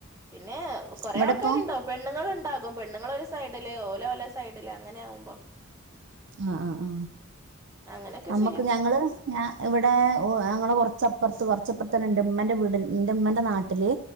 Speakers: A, on the right; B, on the right.
A: പിന്നെ കൊറെ
B: ഇവിടെപ്പോ
A: ആൾക്കാരുണ്ടോ പെണ്ണുൾണ്ടാകും പെണ്ണുങ്ങൾ ഒരു സൈഡിലേ ഓൽ ഓലേ സൈഡിലേ അങ്ങനെ ആകുമ്പോ
B: ആഹ് ആഹ്
A: അങ്ങനെയൊക്കെ
B: ആ നമ്മുക്ക്
A: ചെയ്യും
B: ഞങ്ങൾ ഞ ഇവിടെ ഞങ്ങെ കൊറച്ചപ്പുറത്ത് കുറച്ചപ്പുറത്ത തന്നെ എന്റെമ്മന്റെ വീട് എറമ്മേന്റെ നാട്ടില്